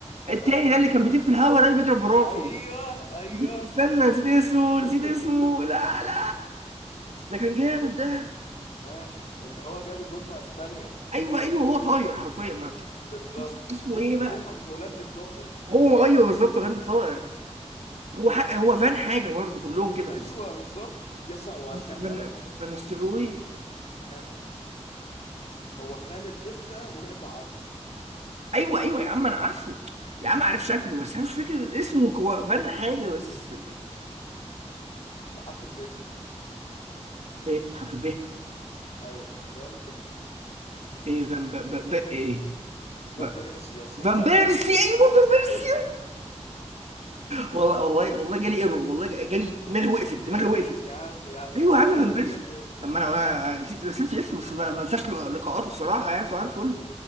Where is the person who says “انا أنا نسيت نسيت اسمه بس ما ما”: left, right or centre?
Right